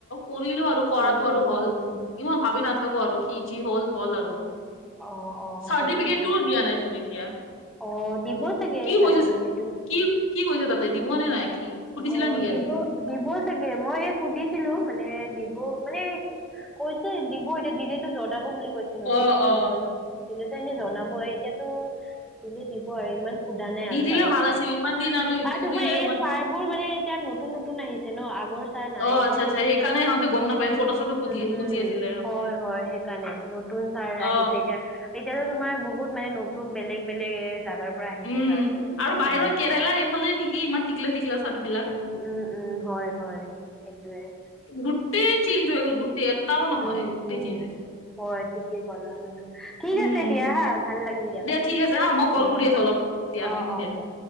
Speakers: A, on the left; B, in the centre.
A: কৰিলো আৰু কৰাটো
B: উম
A: আৰু
B: উম
A: হ'ল।
B: উম
A: <inaudible> ইমান ভাবি নাথাকোঁ আৰু কি যি হ'ল-হ'ল আৰু। <inaudible>
B: অ', অ',
A: চাৰ্টিফিকেটটো
B: তাকে
A: দিয়া নাই চোন এতিয়া। <inaudible>
B: অ! দিব চাগে
A: কি কৈছে
B: চাৰ্টিফিকেটটো। <unintelligible>
A: কি কি কৰিছা তাতে দিবনে নাই সি সুধিছিলা
B: অ',
A: নিকি
B: দিব
A: আজি? <unintelligible>
B: দিব চাগে মই এই সুধিছিলো মানে দিব মানে <inaudible> কৈছে দিব এতিয়া দিলেতো জনাব বুলি কৈছে। <inaudible> নটিচটো
A: অ অ
B: দিবই ন। দিলেতো এনেই জনাবই এতিয়াতো দিলে দিব আৰু ইমান <unintelligible> সোধা নাই
A: দি
B: আৰু
A: দিলে
B: ছাৰক।
A: ভাল আছিল ইমান দিন এইটো
B: আৰু
A: কৰিলে
B: তোমাৰ এই
A: ইমান
B: চাৰ <inaudible> চাৰবোৰ মানে এতিয়া নতুন-নতুন আহিছে ন আগৰ ছাৰ নাই
A: অ আচ্ছা
B: যে।
A: আচ্ছা সেইকাৰণে সিহঁতে গম নাপায় ফটো চটো সুধি
B: <inaudible> উম-উম!
A: খুজি আছিলে সিহঁতে।
B: হয়-হয়, সেইকাৰণে নতুন ছাৰ
A: অ
B: আহিছে এতিয়া। <inaudible> এতিয়াতো তোমাৰ বহুত মানে নতুন বেলেগ-বেলেগ এ জাগাৰ <unintelligible>
A: উম!
B: ছাৰবোৰ
A: আৰু বাহিৰৰ
B: উম।
A: কেৰেলা সেইফালে নেকি ইমান টিকলো-টিকলো চাৰবিলাক?
B: উম
A: <inaudible>
B: উম উম! হয়-হয়, সেইটোৱে। <inaudible>
A: গোটেই চেঞ্জ হৈ গল গোটেই এটাও নহয়
B: উম
A: গোটেই
B: উম
A: চেঞ্জ হৈছে। <inaudible>
B: হয় ঠিকেই কলা উম। ঠিক
A: উম।
B: আছে দিয়া হা ভাল লাগিল দিয়া কথা
A: ঠিক
B: পাতি।
A: আছে হা মই কল
B: উম
A: কৰি
B: উম।
A: আছো অলপ দিয়া
B: অ
A: উম
B: অ দিয়া।